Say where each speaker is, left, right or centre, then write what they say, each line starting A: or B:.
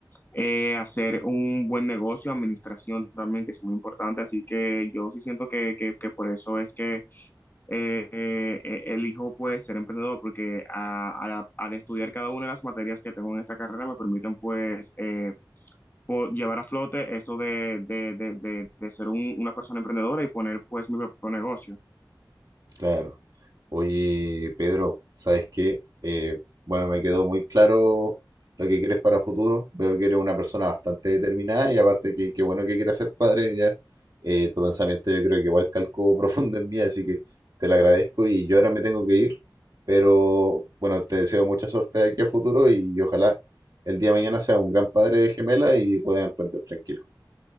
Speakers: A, on the left; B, on the right.
A: eh, hacer un buen negocio, administración también, que es muy importante, así que yo sí siento que, que, que por eso es que eh, eh, eh, elijo pues ser emprendedor porque a- a- al estudiar cada una de las materias que tengo en esta carrera me permiten pues eh, po- llevar a flote esto de, de, de, de, de ser un- una persona emprendedora y poner pues mi propio negocio.
B: Claro. Oye, Pedro, ¿sabes qué? Eh, bueno, me quedó muy claro lo que quieres para futuro. Veo que eres una persona bastante determinada y aparte que qué bueno que quieras ser padre ya. Eh, tu pensamiento yo creo que igual calcó <laughs> profundo en mí, así que te lo agradezco y yo ahora me tengo que ir. Pero bueno, te deseo mucha suerte de aquí a futuro y ojalá el día de mañana seas un gran padre de gemela y puedas emprender tranquilo.